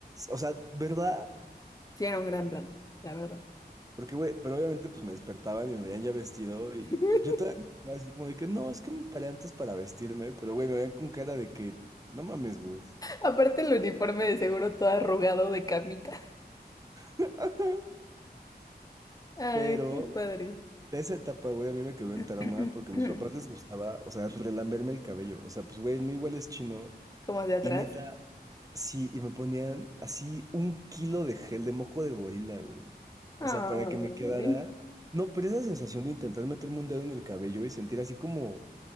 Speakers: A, on the right; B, on the left.
A: O sea, ¿verdad?
B: Sí, era un gran plan, la verdad.
A: Porque, güey, pero obviamente pues me despertaban y me veían ya vestido y
B: <laughs>
A: yo todavía estaba así como de que no, es que me paré antes para vestirme, pero, güey, me veían con cara de que no mames, vos.
B: Aparte, el uniforme de seguro todo arrugado de camita.
A: <laughs>
B: Ay,
A: Pero
B: qué padre.
A: de esa etapa, güey, a mí me quedó el
B: <clears throat>
A: trauma porque a mis papás les gustaba, o sea, relamberme el cabello. O sea, pues, güey, el mío igual es chino
B: Como de atrás.
A: Y neta, sí, y me ponían así un kilo de gel de moco de gorila, güey. O
B: Ay,
A: sea, para que me quedara. No, pero esa sensación de intentar meterme un dedo en el cabello y sentir así como,